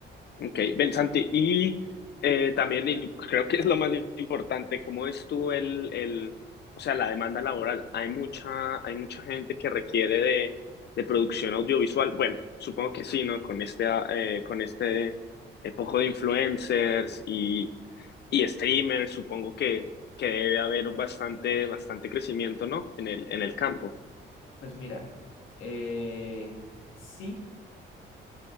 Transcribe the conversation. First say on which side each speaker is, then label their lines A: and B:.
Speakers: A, on the left (about 55°); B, on the left (about 80°).
A: Ok, ven Santi, y eh, también y creo que es lo más importante, ¿cómo es tú el, el, o sea, la demanda laboral? Hay mucha, hay mucha gente que requiere de, de producción audiovisual. Bueno, supongo que sí, ¿no? Con este, ah, eh, con este eh, poco de influencers y, y streamers, supongo que, que debe haber bastante, bastante crecimiento, ¿no? En el, en el campo.
B: Pues mira, eh, sí,